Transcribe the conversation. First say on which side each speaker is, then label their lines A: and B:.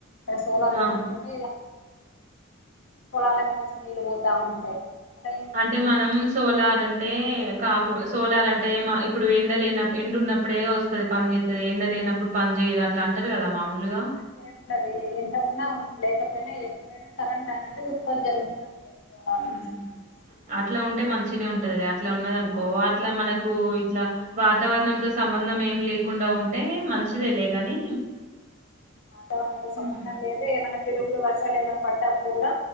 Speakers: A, on the left; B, on the right.
A: సోలార్
B: ఆ
A: పెట్టుకుంటే పోలాలకు మంచి నీళ్ళు పోతు ఉంటాయి అ
B: అంటే మనం సోలార్ అంటే కా సోలార్ అంటే ఇప్పుడు ఎండ లేన ఎండ ఉన్నప్పుడే వస్తుది పని చేస్తుంది ఎండ లేనప్పుడు పని చేయదు అట్లా అంటారు కదా మామూలుగా
A: అట్లా ఏముంటారు ఎంట ఉన్నా లేకపోయినా ఎప్పుడైనా కరెంట్ అనేధీ ఉత్పత్తి జరుగుతూనే ఉంటుంది సోలార్
B: మ్మ్.
A: నుంచి మనకి
B: అట్లా ఉంటే మంచినే ఉంటది అట్లా ఉన్నదనుకో అట్లా మనకు ఇట్లా వాతావరణంతో సంబంధం ఎం లేకుండా ఉంటే మంచిద లే గాని
A: వాతావరణంతో సంబంధం
B: మ్మ్
A: లేద ఏమైనా పెిరుగులు వర్సాలు ఏమైనా పడ్డప్పుడు కూడ